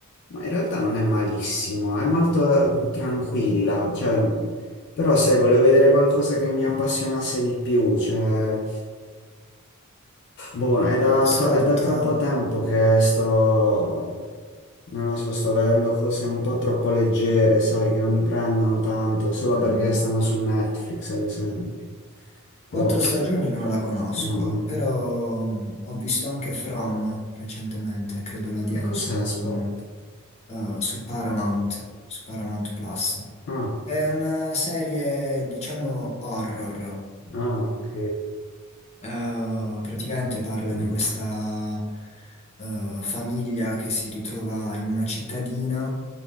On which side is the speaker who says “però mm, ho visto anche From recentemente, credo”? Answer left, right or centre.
Left